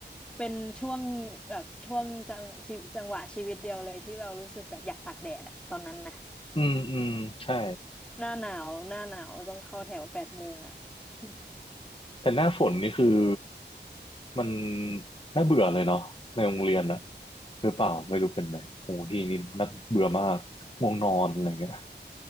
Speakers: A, in the centre; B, on the left.
A: เป็นช่วงแบบช่วงจังชีวิตจังหวะชีวิตเดียวเลยที่เรารู้สึกแบบอยากตากแดดอะตอนนั้นนะ
B: อืมอืมใช่
A: <laughs> หน้าหนาวหน้าหนาวต้องเข้าแถวแปดโมงอะอืม
B: แต่หน้าฝนนี่คือมันน่าเบื่อเลยเนาะในโรงเรียนอะหรือเปล่าไม่รู้เป็นไหมของพี่นี่น่าเบื่อมากง่วงนอนอะไรเงี้ย